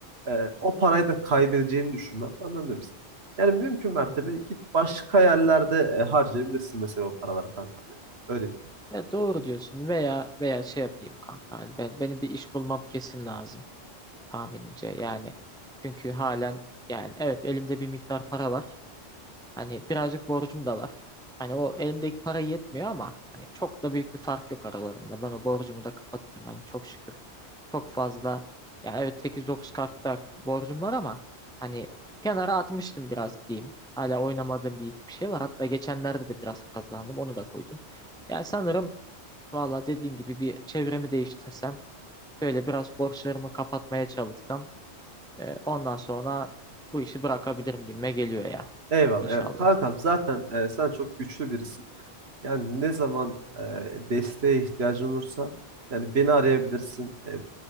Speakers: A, on the right; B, in the centre.
A: E, o parayı da kaybedeceğini düşünmen. Anladın mı? biz? Yani mümkün mertebe
B: Hı hı.
A: git başka yerlerde e, harcayabilirsin mesela o paraları kankam. Yani. Öyle diyeyim.
B: Ya doğru diyorsun veya veya şey yapayım kanka hani ben benim bir iş bulmam kesin lazım tahminimce yani. Çünkü halen yani evet elimde bir miktar para var. Hani birazcık borcum da var. Hani o elimdeki para yetmiyor ama hani çok da büyük bir fark yok aralarında. Ben o borcumu da kapatırım hani çok şükür. Çok fazla yani evet sekiz dokuz kartta borcum var ama hani kenara atmıştım biraz diyeyim. Hala oynamadığım bir iki bir şey var. Hatta geçenlerde de biraz kazandım. Onu da koydum. Yani sanırım valla dediğin gibi bir çevremi değiştirsem, böyle biraz borçlarımı kapatmaya çalışsam e, ondan sonra bu işi bırakabilirim gibime geliyor ya
A: Eyvallah,
B: inşallah.
A: eyvallah. Kankam zaten e, sen çok güçlü birisin. Yani ne zaman e, desteğe ihtiyacın olursa yani beni arayabilirsin, e,